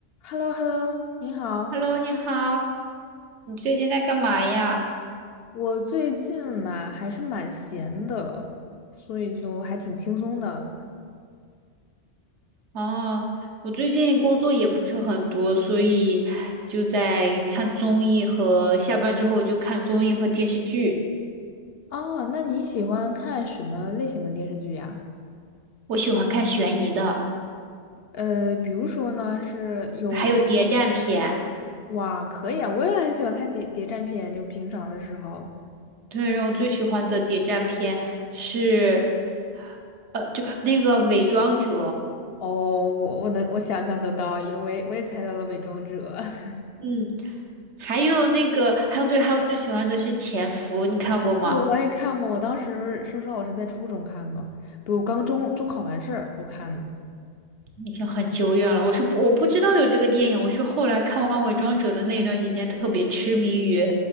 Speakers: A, on the left; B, on the right.
A: h e l l o h e l l o 你好。
B: Hello，你好，你最近在干嘛呀？
A: 我最近嘛还是蛮闲的，所以就还挺轻松的。
B: 哦，我最近工作也不是很多，所以就在看综艺和下班之后就看综艺和电视剧。
A: 哦，那你喜欢看什么类型的电视剧呀？
B: 我喜欢看悬疑的，
A: 呃，比如说呢，是有有没有特
B: 还有谍战片。
A: <clears throat> 哇，可以啊，我也很喜欢看谍谍战片，就平常的时候。
B: 对，我最喜欢的谍战片是，呃，就那个《伪装者》，
A: 哦，我我能我想象得到，因为我也我也猜到了《伪装者》<laughs>
B: 嗯，还有那个，还有对，还有最喜欢的是《潜伏》，你看过吗？
A: 啊，我也看过，我当时说实话，我是在初中看的，不，我刚中中考完事儿我看的。
B: 已经很久远了。我是不我不知道有这个电影，我是后来看完《伪装者》的那一段时间，特别痴迷于